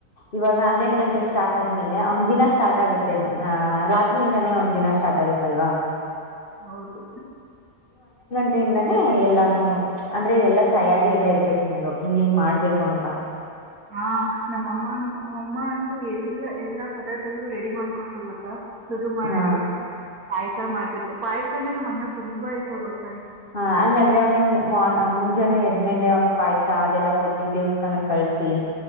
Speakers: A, on the left; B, on the right.
A: ಇವಾಗ ಹನ್ನೆಡು ಗಂಟೆ ಸ್ಟಾರ್ಟ್ ಆದ್ಮೇಲೆ ಅವನ್್ ದಿನ ಸ್ಟಾರ್ಟ್ ಆಗುತ್ತೆ ರಾತ್ರಿಯಿಂದಾನೇ ಅವ್ ದಿನ ಸ್ಟಾರ್ಟ್ ಆಗುತ್ತಲ್ವಾ
B: ಹೌದು
A: ಿಂದಾನೇ ಎಲ್ಲಾನು ಅಂದ್ರೆ ಎಲ್ಲಾ ತಯಾರಿ ಎಲ್ಲಾ ಇರ್ಬೇಕು ನಿಮ್ದು ಹಿಂಗ ಹಿಂಗ್ ಮಾಡ್ಬೇಕು ಅಂತ
B: ಹಾ ನಮ್ಮಮ್ಮ ನಮ್ಮ ನಮ್ಮಮ್ಮ ಅಂತೂ ಎಲ್ಲಾ ಎಲ್ಲಾ ಪದಾರ್ಥಗಳು ರೆಡಿ ಮಾಡ್ಕೊಂಡು ಹೋಗೋಗತ್ತಾ ಶುರು ಮಾಡಕ
A: ಹ
B: ಪಾಯಸ ಮಾಡ್ಬೇಕು ಪಾಯಸನ ಮನಗ್ ತುಂಬಾ ಇಷ್ಟ ಗೊತ್ತ
A: ಹಾ ಹಂಗಂದ್ರೆ ಅವ್ನಿಿಗೆ ಮುಂಜಾನೆ ಎದ್ದ ಇದ್ಮೇಲೆ ಅವ್ನ್ ಪಾಯಸ ಅದೆಲ್ಲ ಕೊಟ್ಟ ದೇವ ಕಳಸಿ